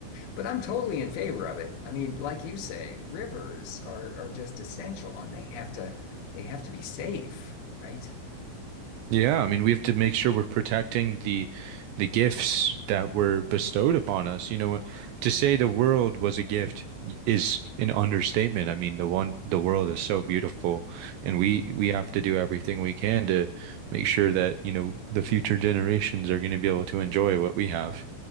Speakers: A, on the left; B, on the right.
A: but I'm totally in favor of it. I mean, like you say, rivers are are just essential and they have to they have to be safe, right?
B: Yeah, I mean, we have to make sure we're protecting the the gifts that were bestowed upon us. You know, to say the world was a gift is an understatement. I mean, the one the world is so beautiful, and we we have to do everything we can to make sure that, you know, the future generations are going to be able to enjoy what we have.